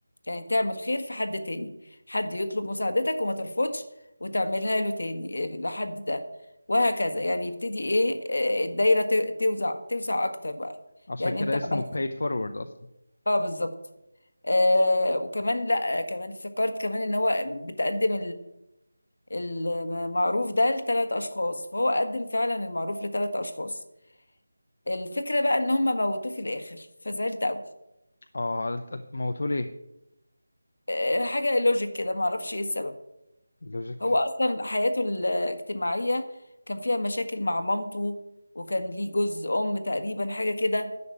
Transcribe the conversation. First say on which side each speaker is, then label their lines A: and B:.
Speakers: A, on the left (about 65°); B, on the left (about 50°).
A: يعني تعمل خير في حد تاني حد يطلب مساعدتك وما ترفضش وتعملها له تاني إيه، لحد ده وهكذا يعني يبتدي ايه آه، الدايرة ت- توزع توسع اكتر بقى
B: عشان
A: يعني
B: كده
A: انت
B: اسمه
A: عملت
B: paid forward اصلا
A: اه بالظبط آه وكمان لا آه، كمان افتكرت كمان ان هو بتقدم المعروف ده لثلاث اشخاص فهو قدم فعلا المعروف لثلاث اشخاص الفكره بقى ان هم موتوه في الاخر فزعلت قوي
B: اه موتوا ليه
A: آه، حاجه لوجيك كده ما اعرفش ايه السبب
B: لوجيك
A: هو اصلا حياته الاجتماعيه كان فيها مشاكل مع مامته وكان ليه جوز ام تقريبا حاجه كده